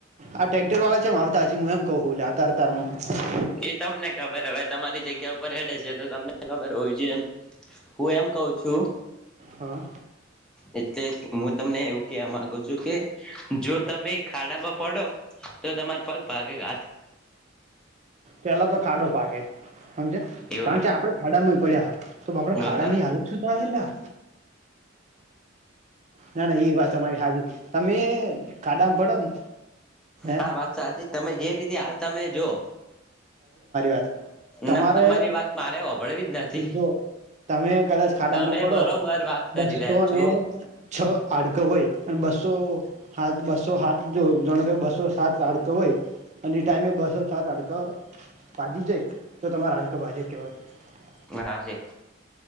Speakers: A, on the right; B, in the centre.
A: આ ટક્ટેર વાળા છે એમ આવતા હશે હું એમ કવ લતારતારમાં. <inaudible>
B: એ તમને ખબર હવે તમારી જગ્યા ઉપર અડે છે તો તમને ખબર હોવી જોઈએ હું એમ કઉ છું.
A: હા.
B: એટલે હું તમને એવું કેવા માંગુ છું કે જો તમે ખાડામાં પડો તો તમાર પગ ભાગે ઘાથ
A: પેલા તો ખાડો ભાગે સમજ
B: એવો
A: કારણ કે આપડે ખાડામાં પડ્યા હ તો આપડા
B: બસ
A: ખાડા ની હાલત શું થાય એટલા ના ના એ વાતરી હાજી તમે ખાડામ પડો ને
B: હા
A: હ.
B: વાત સાચી તમે જે રીતે હાલ તમે જો
A: વાત તમારે
B: ના તમારી વાત મારે ઓભળવી જ નથી
A: જો તમે કદાચ ખાડામાં
B: તમે
A: પડો
B: બરોબર વાત કરી
A: બસો
B: રહ્યા છો.
A: ને છ આડક હોય અને બસો હા બસો સાાઠ જો જાણ કે બસો સાત હડક હોય અને ટાઈમે બસો સાત હડકા ભાજી જાય તો તમારે હાડકો ભાજું કેવાય
B: બ છે.